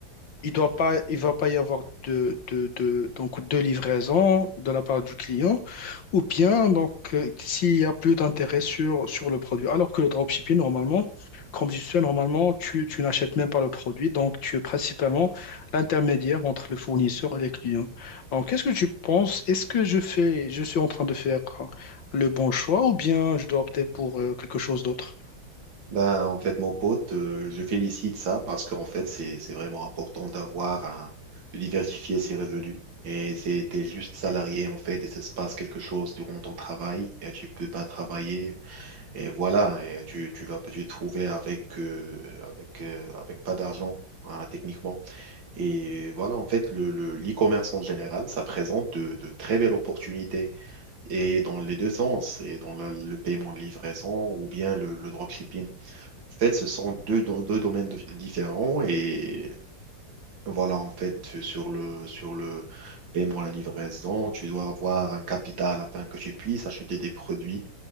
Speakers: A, on the left; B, on the right.
A: il doit pas, il va pas y avoir de, de, de, donc de livraison de la part du client, ou bien donc euh, s'il y a plus d'intérêt sur, sur le produit. Alors que le dropshipping, normalement, comme je sais, normalement, tu, tu n'achètes même pas le produit, donc tu es principalement l'intermédiaire entre le fournisseur et les clients. Donc, qu'est-ce que tu penses? Est-ce que je fais, je suis en train de faire le bon choix, ou bien je dois opter pour euh, quelque chose d'autre?
B: Ben, en fait, mon pote, euh, je félicite ça parce qu'en fait, c'est, c'est vraiment important d'avoir un- de diversifier ses revenus. Et c'est, t'es juste salarié, en fait, et ça se passe quelque chose durant ton travail, et tu peux pas travailler, et voilà, et tu, tu vas pas te trouver avec, euh, avec, euh, avec pas d'argent, hein, techniquement. Et voilà, en fait, le, le, l'e-commerce en général, ça présente de, de très belles opportunités. et dans les deux sens, et dans la- le paiement de livraison ou bien le, le dropshipping. En fait, ce sont deux, do- deux domaines de- différents et voilà, en fait, sur le, sur le paiement à la livraison, tu dois avoir un capital afin que tu puisses acheter des produits,